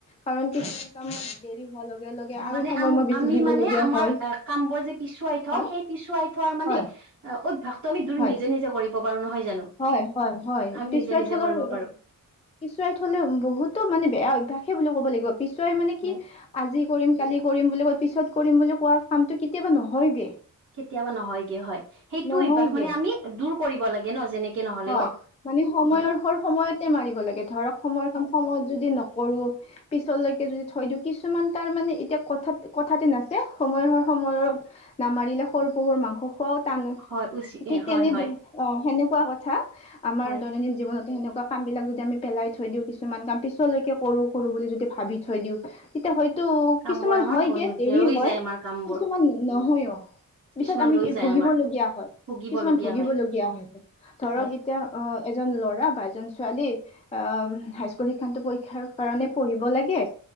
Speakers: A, on the left; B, on the right.
A: কাৰণ <unintelligible>
B: হয়।
A: কামত দেৰি হোৱাৰ লগে লগে আৰু
B: মানে
A: সময়
B: আ
A: মই বেছি
B: আমি
A: দিবলগীয়া
B: মানে আমাৰ
A: হয়
B: কামবোৰ যে পিছুৱাই থওঁ
A: হয়
B: সেই পিছুৱাই <unintelligible> মানে
A: হয়।
B: অ অভ্যাসটো আমি দূ
A: হয়
B: নিজে, নিজে কৰিব পাৰো নহয় জানো
A: হয়, হয়, হয়
B: আমি
A: পিছৰাই
B: নিজে নিজে
A: থলৰ
B: কৰিব পাৰো
A: পিছুৱাই থলে বহুতো মানে বেয়া অভ্যয়াসে বুলি ক'ব লাগিব পিছুৱাই মানে
B: হয়
A: কি আজি কৰিম কালি কৰিম বুলি কোৱা পিছত কৰিম বুলি কোৱা কামটো কেতিয়াবা নহয়গে
B: কেতিয়াবা নহয়গে হয় সেইটো
A: নহয়গে
B: অভ্যাস মানে আমি দূৰ কৰিব লাগে ন যেনেকে নহলেও
A: হয় মানে সময়ৰ
B: হয়
A: হল সময়তে মাৰিব লাগে ধৰক সময়ৰ কাম সময়ত যদি নকৰো পিছলৈকে যদি থৈ কিছুমান তাৰ মানে এতিয়া কথাত কথাতে নাচছে সময় সময়ত নামাৰিলে সৰু কহুৰ মাংস খোৱাও টানো
B: হয় উচি
A: ঠিক
B: হয়
A: তেনে
B: হয়
A: অ', সেনেকুৱা কথা আমাৰ
B: হয়
A: দৈনন্দিন জীৱনতে সেনেকুৱা কাম বিলাক যদি আমি পেলাই থৈ দিওঁ কিছুমান কাম পিছলৈকে কৰো কৰো বুলি যদি ভাবি থৈ দিওঁ তেতিয়া হয় তটো
B: কাম
A: কিছুমান
B: বোৰ আমাৰ
A: হয়গে
B: হৈ নুঠে
A: দেৰি
B: ৰৈ
A: হয়
B: যায় আমাৰ কাম বোৰ
A: কিছুমান নহয়ও পিছত
B: কিছুমান
A: আমি
B: ৰৈ
A: কি
B: যায়
A: ভুগিবলগীয়া
B: আমাৰ
A: হয়
B: ভুগিবলগীয়া
A: কিছুমান ভুগিবলগীয়া
B: হয়
A: হয় ধৰক
B: হয়
A: এতিয়া অ', এজন ল'ৰা বা এজন ছোৱালী অ', হাইস্কুল শিক্ষান্ত পৰীক্ষাৰ কাৰণে পঢ়িব লাগে এ